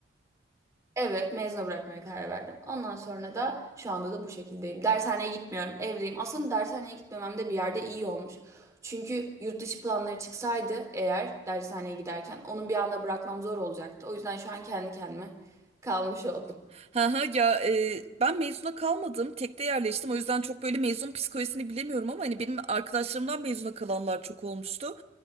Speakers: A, on the right; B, on the right.
A: Evet, mezuna bırakmaya karar verdim. Ondan sonra da şu anda da bu şekildeyim. Dershaneye gitmiyorum, evdeyim. Aslında dershaneye gitmemem de bir yerde iyi olmuş. Çünkü yurt dışı planları çıksaydı eğer dershaneye giderken onu bir anda bırakmam zor olacaktı. O yüzden şu an kendi kendime kalmış oldum.
B: Ha ha ya e, ben mezuna kalmadım. Tekte yerleştim. O yüzden çok böyle mezun psikolojisini bilemiyorum ama hani benim arkadaşlarımdan mezuna kalanlar çok olmuştu.